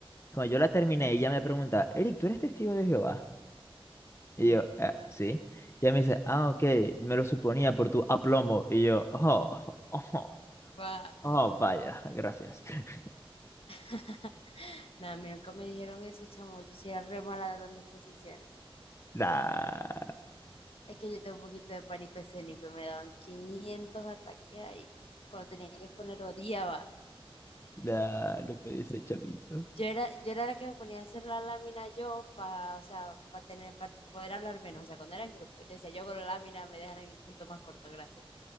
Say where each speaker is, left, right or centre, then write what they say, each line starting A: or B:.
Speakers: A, on the left; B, on the left.
A: Cuando yo la terminé, ella me pregunta, Eric, ¿tú eres testigo de Jehová? Y
B: Ujú.
A: yo, eh sí. Y ella me dice, ah, ok, me lo suponía por tu aplomo. Y yo, oh, <laughs> oh,
B: va.
A: oh, vaya, gracias. <laughs>
B: <laughs> Nada, a mí nunca me dijeron eso, chamo. Yo sí era re mala dando exposiciones.
A: La,
B: Es que yo tengo un poquito de pánico escénico y me daban 500 ataques ahí. Cuando tenía que exponer, odiaba.
A: la, lo pediste, chavito.
B: Yo era, yo era la que me ponía a hacer la lámina yo para, o sea, para tener, para poder hablar menos. O sea, cuando era en grupo, yo decía, yo con la lámina me dejan el punto más corto, gracias.